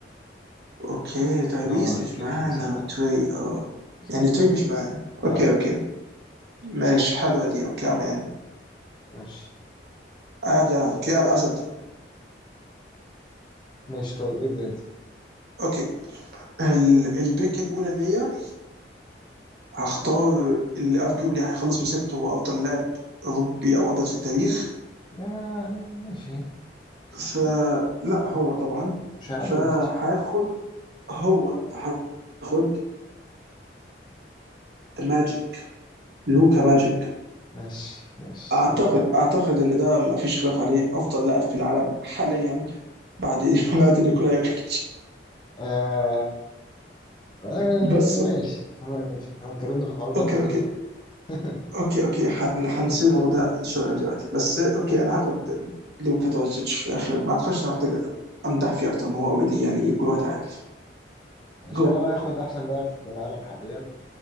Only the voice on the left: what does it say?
اللي هو ستيف
مثلا
بالظبط
لا
ماشي
ماشي طيب ابدأ انت
آه ماشي
مش هيعدي
يمكن.
ماشي ماشي
دوك
آه آه
ماشي تمام ماشي احنا اتكلمنا في الحوار ده
قبل
كده ف... <laughs>
ماشي
انا بقى هاخد احسن لاعب في العالم حاليا